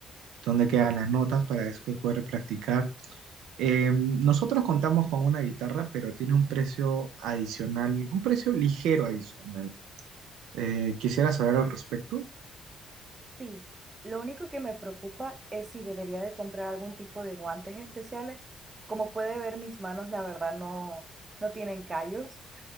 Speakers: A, on the right; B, on the right.
A: dónde quedan las notas para después poder practicar Eh, nosotros contamos con una guitarra, pero tiene un precio adicional, un precio ligero adicional. Eh, quisiera saber al respecto.
B: sí. Lo único que me preocupa es si debería de comprar algún tipo de guantes especiales. Como puede ver, mis manos, la verdad, no, no tienen callos.